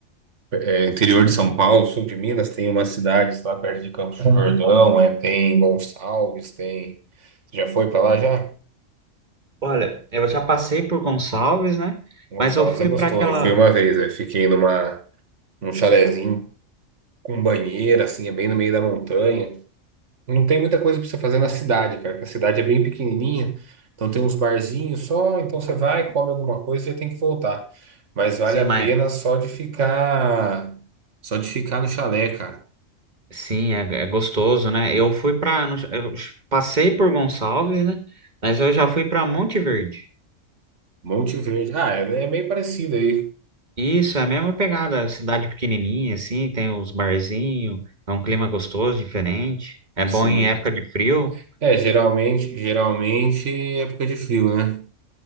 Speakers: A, on the right; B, on the right.
A: É, interior de São Paulo, sul de Minas, tem umas cidades lá perto de Campos do Jordão, é, tem Gonçalves, tem. Você já foi pra lá já?
B: Olha, eu já passei por Gonçalves, né?
A: Gonçalves
B: Mas eu fui
A: é gostoso.
B: para aquela.
A: Eu fui uma vez, aí fiquei numa, num chalezinho com banheira, assim, é bem no meio da montanha. Não tem muita coisa pra você fazer na cidade, cara, que a cidade é bem pequenininha. Então tem uns barzinhos só, então você vai, come alguma coisa e já tem que voltar. Mas vale
B: Sim,
A: a
B: mas
A: pena só de ficar, só de ficar no chalé, cara.
B: sim, é, é gostoso, né? Eu fui para, eu passei por Gonçalves, né? Mas eu já fui para Monte Verde.
A: Monte Verde. Ah, é, é meio parecido aí.
B: Isso, é a mesma pegada, cidade pequenininha, assim, tem os barzinhos, é um clima gostoso, diferente. É
A: Sim.
B: bom em época de frio.
A: É, geralmente, geralmente é época de frio, né?